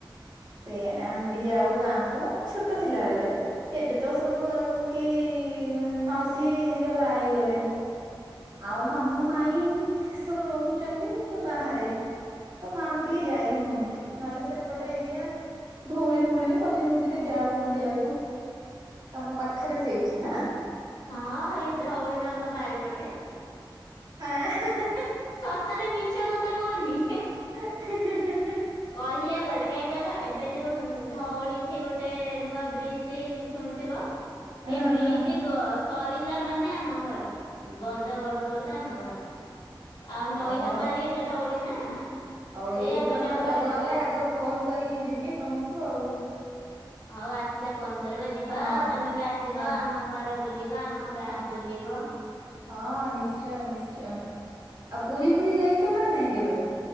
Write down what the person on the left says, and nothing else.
ହଁ ଏଇ ଧଉଳିବା ଆମ ବାରିପଟେ।
ସତରେ ମିଛ କଥା କହୁନି।
କହିବାକୁ ଗଲେ କାହିଁ କହିଲ ଏବେ ଯୋଉ ଧଉଳି ଏଠି ଗୋଟେ ନୂଆ ବ୍ରିଜଟେ ହେଇଛି ଶୁଣିଥିବ ସେଇ
ବ୍ରିଜ
ଗ ସ ପିଲାମାନେ ଆମ ଘର ବନ୍ଧ ଗଡୁଗଡୁକା ଆମ ଘର। ଆଉ ନଈ
ତ ପାରି ହେଲେ ଧଉଳି ନା।
ସେଇଆ
କହିଲେ ଆମ
ବାରିପଟେ।
ହଉ ଆସିଲେ ଫୋନ କରିବ ଯିବା
ଆଉ ତମେ ବି ଆସିବ
ଆମ ଘର ବୁଲିବ ଆମ ଗାଁ
ବୁଲିବ।